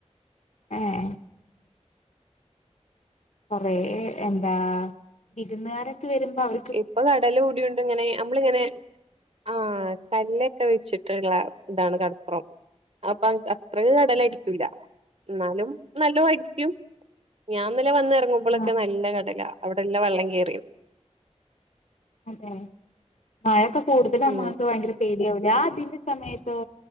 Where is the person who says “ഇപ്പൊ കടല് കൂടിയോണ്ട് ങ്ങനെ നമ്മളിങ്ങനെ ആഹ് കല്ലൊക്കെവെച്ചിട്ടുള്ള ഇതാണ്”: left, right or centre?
Right